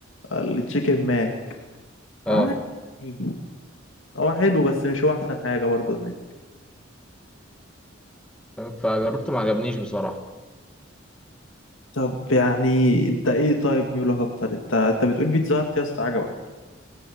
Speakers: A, on the left; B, in the centre.
A: التشيكن ماك
B: اه
A: آه، يعني هو حلو بس مش هو احسن حاجه برضو هناك
B: فجربته ما عجبنيش بصراحه
A: طب يعني انت ايه طيب ميولك اكتر انت انت بتقول بيتزا هات يا اسطى عجبك